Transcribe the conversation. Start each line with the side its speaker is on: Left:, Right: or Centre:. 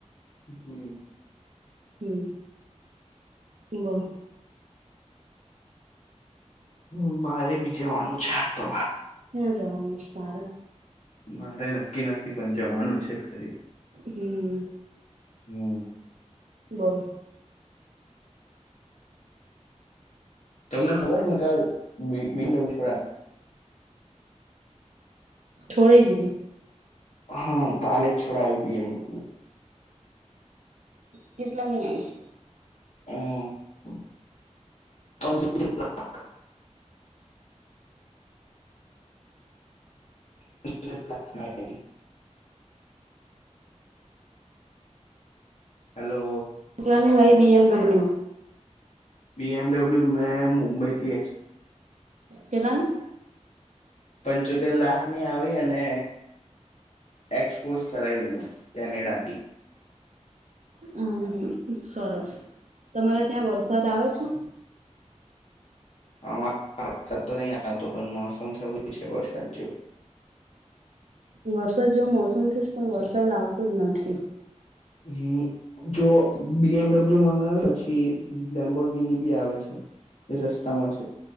Left: હમ્મ.
Right: હમ્મ બોલો
Left: હ મારે બી જવાનું છે આ તો
Right: ક્યાં જવાનું છે તારે?
Left: મારે નક્કી નથી પણ જવાનું છે ખરી.
Right: હમ્મ.
Left: હમ્મ.
Right: બોલ
Left: તમને ખબર હ કાલ <unintelligible>
Right: છોડા દીધી.
Left: હા કાલેજ છોડાવ બીએમડબલ્યુ.
Right: કેટલા નહી આઈ.
Left: <inaudible> <inaudible> <inaudible> હેલો.
Right: કેટલાની આઈ એમડબ્લ્યુ
Left: બી એમડબલ્યુ મે મુંબઈ થી એક્સ
Right: કેટલાની?
Left: પંચોતેર લાખની આવી અને એક્સપોઝ કરાયને કેનેડાથી.
Right: હમ્મ હમ સરસ તમારા ત્યાં વરસાદ આવે છે?
Left: આ વરસાદ તો નહીં આવતો પણ મોસમ થયું છે, વરસાદ જો
Right: વરસાદ જોવ મોસમથી જ પણ વરસાદ આવતો જ નથી.
Left: હ જો બી એમડબલ્યુ મંગાવી પછી લેમ્બોગીની બી આવે છે. એ રસ્તામાં છે,